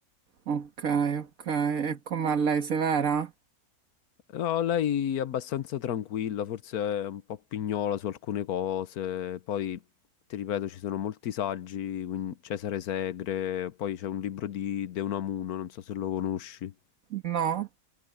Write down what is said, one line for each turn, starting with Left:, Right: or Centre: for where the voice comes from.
Right: Ok, ok. E com'è lei, severa?
Left: No, lei è abbastanza tranquilla, forse è un po' pignola su alcune cose, poi ti ripeto ci sono molti saggi, quindi Cesare Segre, poi c'è un libro di De Unamuno, non so se lo conosci.
Right: No?